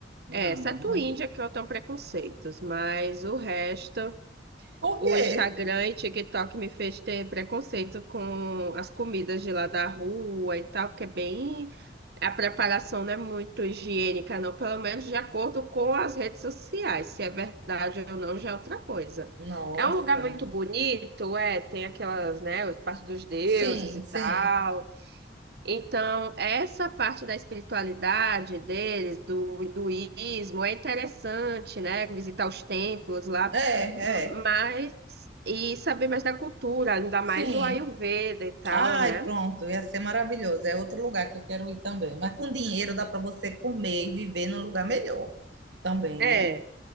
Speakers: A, on the right; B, on the right.
A: Não.
B: É, exceto Índia, que eu tenho preconceitos, mas o resto.
A: Por
B: O
A: quê?
B: Instagram e TikTok me fez ter preconceito com as comidas de lá da rua e tal, que é bem. A preparação não é muito higiênica, não, pelo menos de acordo com as redes sociais. Se é verdade ou não, já é outra coisa.
A: Nossa.
B: É um lugar muito bonito, é, tem aquelas, né, parte dos deuses
A: Sim,
B: e tal.
A: sim.
B: Então, essa parte da espiritualidade deles, do hinduísmo, é interessante, né? Visitar os templos lá,
A: É,
B: mas
A: é.
B: e saber mais da cultura, ainda mais
A: Sim.
B: o Ayurveda e tal,
A: Ai,
B: né?
A: pronto, ia ser maravilhoso. É outro lugar que eu quero ir também. Mas com dinheiro dá para você comer e viver num lugar melhor também,
B: É,
A: né?